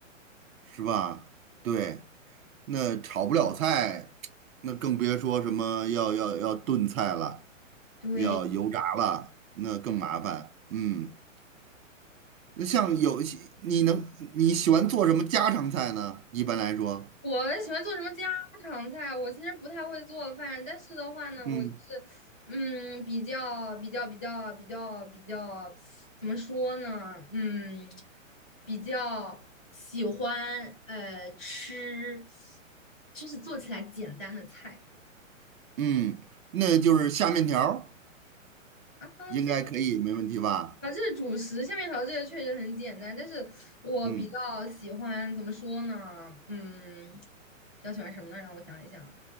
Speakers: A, on the right; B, in the centre.
A: 是吧？对，那炒不了菜，那更别说什么要要要炖菜了，
B: 对。
A: 要油炸了，那更麻烦。嗯，那像有一些你能你喜欢做什么家常菜呢？一般来说，
B: 我喜欢做什么家常菜？我其实不太会做饭，但是的话呢，
A: 嗯。
B: 我就是，嗯，比较比较比较比较比较，怎么说呢？嗯，比较喜欢呃吃，就是做起来简单的菜
A: 嗯，那就是下面条儿
B: 啊哈。
A: 应该可以，
B: 这
A: 没问题吧？
B: 啊，这是主食，下面条这个确实很简单，但是我比较喜欢怎么说呢？
A: 嗯
B: 嗯，比较喜欢什么呢？让我想一想。